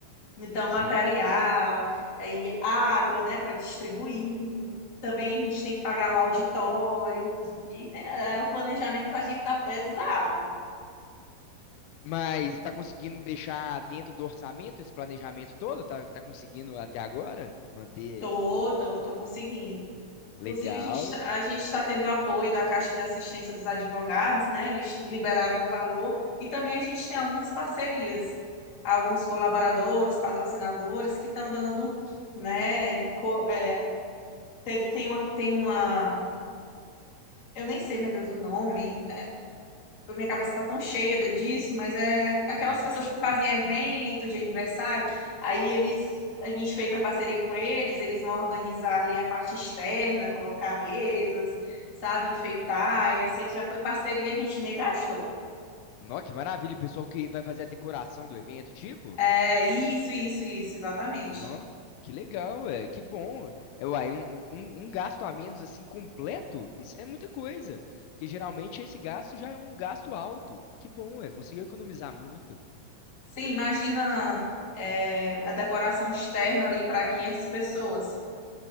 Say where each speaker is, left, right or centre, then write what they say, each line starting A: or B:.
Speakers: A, on the left (about 25°); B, on the left (about 80°).
A: Então,
B: Sim?
A: material, aí água, né, para distribuir. Também a gente tem que pagar o auditório. E, é, o planejamento tá aqui está pesado.
B: Mas está conseguindo deixar dentro do orçamento esse planejamento todo? Tá, tá conseguindo até agora manter
A: Tô, tô, tô conseguindo. Inclusive,
B: legal?
A: a gente, tá- a gente está tendo apoio da Caixa de Assistência dos Advogados, né? Eles liberaram um valor e também a gente tem algumas parcerias, alguns colaboradores, patrocinadores que estão dando, né? co- é, teve, tem uma, tem uma, eu nem sei, meu Deus, o nome, minha cabeça está tão cheia da- disso, mas é aqu- aquelas
B: Eu imagino.
A: pessoas que fazem evento de aniversário, aí eles, a gente fez a parceria com eles, eles vão organizar ali a parte externa, colocar mesas, sabe, enfeitar, isso aí já foi parceria, a gente nem gastou.
B: Nó, que maravilha, o pessoal que vai fazer a decoração do evento, tipo?
A: É, isso, isso, isso, exatamente.
B: Nó, que legal, é, que bom. É, uai, um, um, um gasto a menos assim completo, isso é muita coisa. Porque geralmente esse gasto já é um gasto alto. Que bom, é, conseguiu economizar muito.
A: Sim, imagina, é, a decoração externa ali para 500 pessoas.